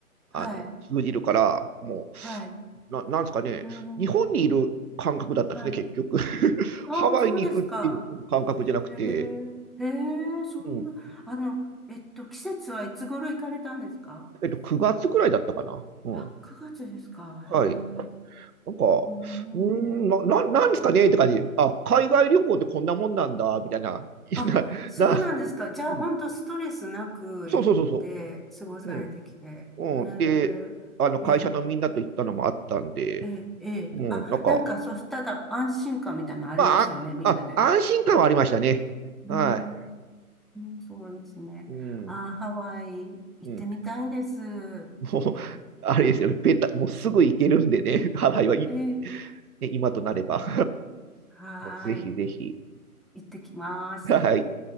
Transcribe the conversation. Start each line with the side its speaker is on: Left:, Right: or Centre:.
Right: あの、
Centre: はい。
Right: 通じるから、も
Centre: はい。
Right: う、な、なんですかね、
Centre: うーん。
Right: 日本にいる感覚だったんですね、
Centre: はい。
Right: 結局。<laughs>
Centre: ああ、
Right: ハワイに行くっていう感覚じゃなくて、
Centre: そうですか。へえ。へえ、そんな、
Right: うん、
Centre: あの、えっと、季節はいつ頃行かれたんですか
Right: えっと、9月くらいだったかな。うん。
Centre: あ、9月ですか。
Right: はい。
Centre: へえ。う
Right: なんか、
Centre: ーん。
Right: うーん、な、ななんですかねって感じで。あ、海外旅行ってこんなもんなんだ、みたいな。<laughs>
Centre: あ、
Right: な、
Centre: そうなんですか。
Right: な、
Centre: じゃあ、
Right: うん、
Centre: 本当ストレスなく行って過ごされてきて。
Right: そうそうそうそう。うん。
Centre: へーええ、
Right: うん。で、あの、会社のみんなと行ったのもあったんで、
Centre: ええ、ええ。
Right: うん、
Centre: あ、
Right: なんか、
Centre: なんか、そしたら安心感みたいなのありますよね、
Right: まあ、
Centre: みんなで。
Right: あ、あ安心感はありましたね。
Centre: うー
Right: はい。
Centre: ん、そうですね。
Right: うん。
Centre: あー、ハワイ行ってみたいです。
Right: うん。もう、あれですよね。ベタ、もうすぐ行けるんでね。<laughs> ハワイはい、
Centre: ええ、
Right: ね、今となれば。
Centre: うんはーい。
Right: <laughs> ぜひぜひ。
Centre: 行ってきます。
Right: はい。